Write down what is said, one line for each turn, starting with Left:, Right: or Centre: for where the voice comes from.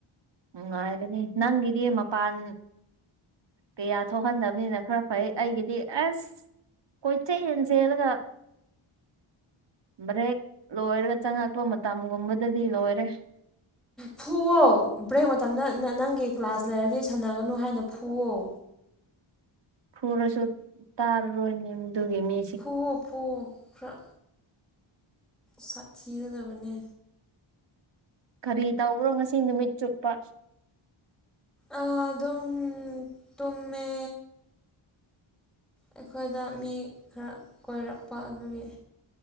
Right: ꯅꯨꯡꯉꯥꯏꯕꯅꯦ ꯅꯪꯒꯤꯗꯤ ꯃꯄꯥꯟ ꯀꯌꯥ ꯊꯣꯛꯍꯟꯗꯕꯅꯤꯅ ꯈꯔ ꯐꯩ ꯑꯩꯒꯤꯗꯤ ꯑꯁ ꯀꯣꯏꯆꯩꯌꯦꯟ ꯆꯦꯜꯂꯒ ꯕ꯭ꯔꯦꯛ ꯂꯣꯏꯔꯒ ꯆꯪꯉꯛꯄ ꯃꯇꯝꯒꯨꯝꯕꯗꯗꯤ ꯂꯣꯏꯔꯦ
Centre: ꯐꯨꯑꯣ ꯕ꯭ꯔꯦꯛ ꯃꯇꯝꯗ ꯅ ꯅꯪꯒꯤ ꯀ꯭ꯂꯥꯁ ꯂꯩꯔꯗꯤ ꯁꯥꯟꯅꯒꯅꯨ ꯍꯥꯏꯅ ꯐꯨꯑꯣ
Right: ꯐꯨꯔꯁꯨ ꯇꯥꯔꯔꯣꯏꯅꯦ ꯑꯗꯨꯒꯤ ꯃꯤ
Centre: ꯐꯨꯑꯣ ꯐꯨꯑꯣ ꯈꯔ ꯁꯥꯊꯤꯒꯗꯕꯅꯦ
Right: ꯀꯔꯤ ꯇꯧꯕ꯭ꯔꯣ ꯉꯁꯤ ꯅꯨꯃꯤꯠ ꯆꯨꯞꯄ
Centre: ꯑꯥ ꯑꯗꯨꯝ ꯇꯨꯝꯃꯦ ꯑꯩꯈꯣꯏꯗ ꯃꯤ ꯈꯔ ꯀꯣꯏꯔꯛꯄ ꯑꯗꯨꯒꯤ